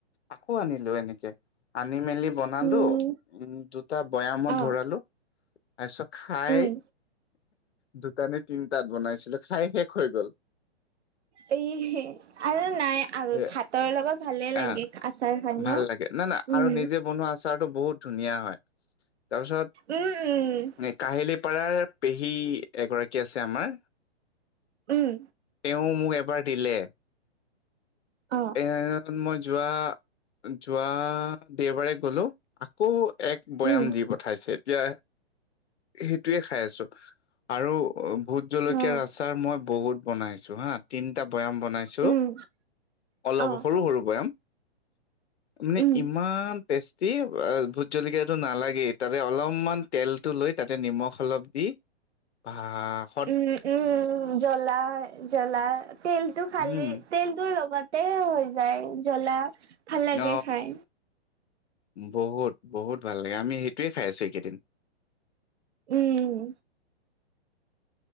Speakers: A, on the left; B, on the right.
A: আকৌ আনিলো এনেকে। আনি মেলি বনালো
B: উম,
A: উম দুটা বয়ামত
B: অ',
A: ধৰালো তাছত খাই
B: উম।
A: দুটানে তিনটাত বনাইছিলো খাই শেষ হৈ গ'ল।
B: <unintelligible> এইয়ে হে আৰু নাই আৰু
A: এ
B: ভাতৰ লগত ভালে লাগে
A: আহ
B: আচাৰ খাই
A: ভাল
B: ন?
A: লাগে না না আৰু
B: উম,
A: নিজে বনোৱা আচাৰটো বহুত ধুনীয়া হয়। তাৰপিছত
B: উম,
A: নেক- কাহিলীপাৰাৰ পেহী এগৰাকী আছে আমাৰ।
B: উম।
A: তেওঁ মোক এবাৰ দিলে।
B: অ।
A: এ মই যোৱা যোৱা দেওবাৰে গলো আকৌ এক বয়াম
B: উম,
A: দি পঠাইছে এতিয়া সেট- টোয়ে খাই আছো আৰু ভোত জলকীয়া
B: অ',
A: আচাৰ মই বহুত বনাইছো হা তিনিটা বৈয়াম বনাইছো
B: উম,
A: অলপ
B: অ',
A: সৰু সৰু বৈয়াম মানে
B: উম,
A: ইম- ইমান টেষ্টি ভোট জলকীয়াটো নালাগেই তাতে অলপমান তেলটো লৈ তাতে নিমখ অলপ দি ভা
B: উম উম জ্বলা জ্বলা তেলটো খালেই
A: উম,
B: তেলটোৰ লগতে হৈ যায় জ্বলা ভাল লাগে
A: ন
B: খাই।
A: বহুত বহুত ভাল লাগে আমি সেইটোৱে খাই আছো এইকেইদিন।
B: উম।